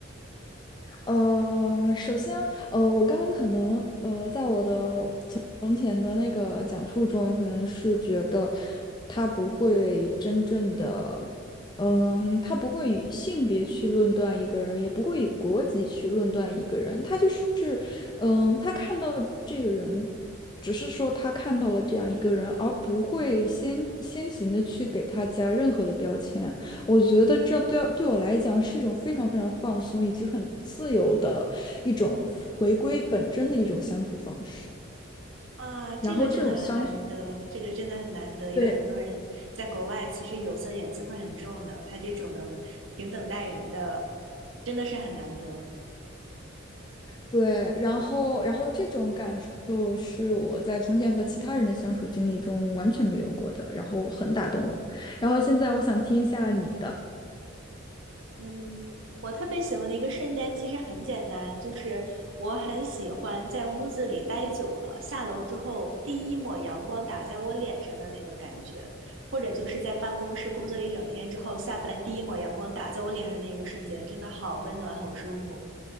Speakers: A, on the left; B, on the right.
A: 呃，首先，呃，我刚刚可能，呃，在我的从前的那个讲述中，可能是觉得他不会真正的，嗯，他不会以性别去论断一个人，也不会以国籍去论断一个人，他就是，嗯，他看到这个人，只是说他看到了这样一个人，而不会先先行的去给他加任何的标签。我觉得这对对我来讲是一种非常非常放松以及很自由的一种回归本真的一种相处方式。
B: 啊，这个真的很难得，
A: 然后这种相处，
B: 这个真的很难得，因为很多人在国外其实有色眼镜会很重的，
A: 对
B: 他这种能平等待人的，真的是很难得。
A: 对，然后然后这种感受是我在从前和其他人的相处经历中完全没有过的，然后很打动我。然后现在我想听一下你的。
B: 嗯，我特别喜欢的一个瞬间其实很简单，就是我很喜欢在屋子里待久了，下楼之后第一抹阳光打在我脸上的那个感觉，或者就是在办公室工作一整天之后，下班第一抹阳光打在我脸上那一个瞬间，真的好温暖，好舒服。